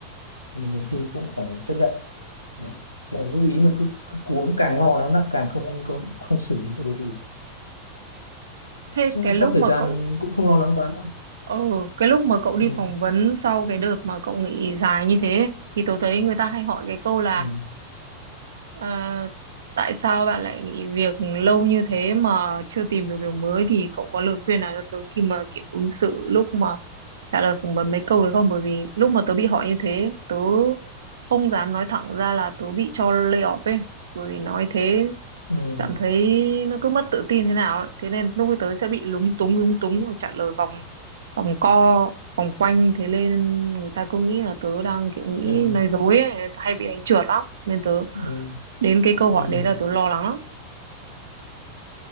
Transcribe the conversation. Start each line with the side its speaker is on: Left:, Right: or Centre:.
Left: nhiều khi cũng phải chấp nhận. Đấy. Thế là Lúc ý mà cứ, cứ cuống càng lo nó là càng không không không xử lý được cái gì.
Right: thế
Left: chắc,
Right: cái lúc
Left: chắc thời
Right: mà
Left: gian
Right: cậu
Left: cũng không lo lắng quá đâu
Right: Ừ, cái lúc mà cậu đi
Left: ừ
Right: phỏng vấn sau cái đợt mà cậu nghỉ dài như thế thì tớ thấy người ta hay hỏi cái câu là
Left: ừ
Right: "Ờ, tại sao bạn lại nghỉ việc lâu như thế mà chưa tìm được việc mới thì cậu có lời khuyên nào cho tớ khi mà kiểu ứng xử lúc mà trả lời phỏng vấn mấy câu được không? Bởi vì lúc mà tớ bị hỏi như thế tớ không dám nói thẳng ra là tớ bị cho lay off ấy bởi vì nói thế
Left: ừ
Right: cảm thấy nó cứ mất tự tin thế nào ấy thế nên lúc tới sẽ bị lúng túng lúng túng và trả lời vòng vòng co vòng quanh thế nên người ta cứ nghĩ là tớ đang kiểu nghĩ
Left: ừ
Right: nói dối ấy, hay bị đánh trượt lắm nên tớ
Left: ừ
Right: đến cái câu hỏi
Left: ừ
Right: đấy là tớ lo lắng lắm